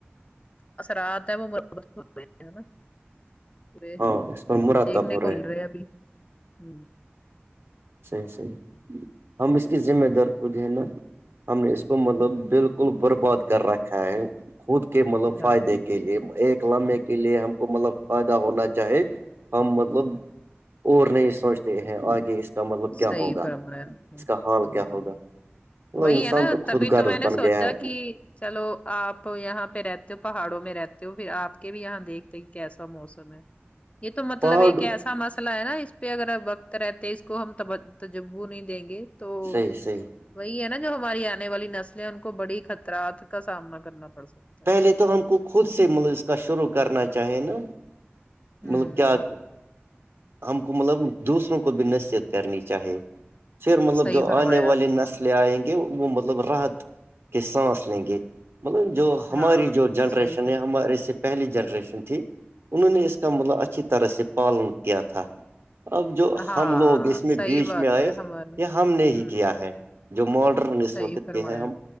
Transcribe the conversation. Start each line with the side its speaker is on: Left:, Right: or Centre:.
Left: اس رات ہے وہ مرت ہوئی نا <unintelligible> پورے
Right: ہاں اس پر مراتب
Left: دیکھنے
Right: ہو
Left: کو مل
Right: ہیں
Left: رہے اب ہ
Right: صحیح صحیح ہم اس کی ذمہ دار کوود ہیں نا ہم نے اس کو مطلب
Left: ہ
Right: بالکل برباد کر رکھا ہے خود کے مطلب
Left: ہاں
Right: فائدے کے لیے ایک لے کے لیے ہم کو مطلب فائدہ ہونا چاہی ہم مطلب اور نہیں سوچتے ہیں آگے کا مطلب
Left: صحی
Right: کیا ہوگا
Left: فرمایا آپ نے
Right: اس
Left: ہ
Right: کا حال
Left: ہ
Right: کیا ہوگا وہ
Left: وہی
Right: انسان
Left: ہے نا
Right: خود
Left: تبھی تو
Right: غرض
Left: میں نے
Right: بن
Left: سوچا
Right: گیا ہے
Left: کہ چلو آپ یہاں پہ رہتے ہو پہاڑوں میں رہتے ہو پھر آپ کے بھی یہاں دیکھتے کیسا موسم ہے یہ تو مطلب
Right: پہاڑ
Left: ایک ایسا مسئلہ ہے نا اس پہ اگر وقت رہتے کو ہم تجبو نہیں دیں گے تو
Right: صحیح صحیح
Left: وہی ہے نا جو ہماری آنے والی نسلیں ہیں ان کو بڑی خطرات کا سامنا کرنا پڑ سکتا
Right: پہلے
Left: ہے
Right: تو ہم کو خود سے ملسکہ شروع کرنا چاہے نا
Left: ہوں
Right: مطلب کیا ہم کو مطلب دوسروں کو بھی نصیت کرنی چاہیے پر مطلب
Left: صحیح
Right: جو
Left: فرمایا
Right: آنے والی
Left: آپ
Right: نسل
Left: نے
Right: لے آئیں گے وہ مطلب راحت کے سانس لیں گے مطلب جو ہماری
Left: ہاں
Right: جو جنریشن
Left: صحیح فرمایا
Right: ہے ہمارے سے پہلی جنریشن تھی انہوں نے اس کا مطلب اچھی طرح سے پالن کیا تھا اب جو
Left: ہاں
Right: ہم لوگ اس میں
Left: صحیح
Right: بیچ
Left: بات
Right: میں آئے
Left: ہے ہمارے
Right: یہ ہم نے
Left: ہوں
Right: ہی کیا ہے جو ماڈرن اس
Left: صحیح
Right: وقت
Left: فرمایا
Right: کے ہیں ہم